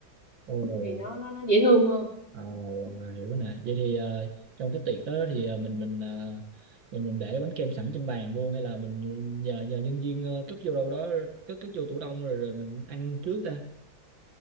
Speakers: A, on the right; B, on the left.
A: Ồ,
B: thì nó nó nó dễ thương hơn
A: à, hiểu nè. Vậy thì ờ, trong cái tiệc đó thì ờ,
B: ừ.
A: mình mình ờ, mình mình để bánh kem sẵn trên bàn luôn hay là mình nhờ nhờ nhân viên ờ, cất vô đâu đó cất cất vô tủ đông rồi rồi mình ăn trước ta.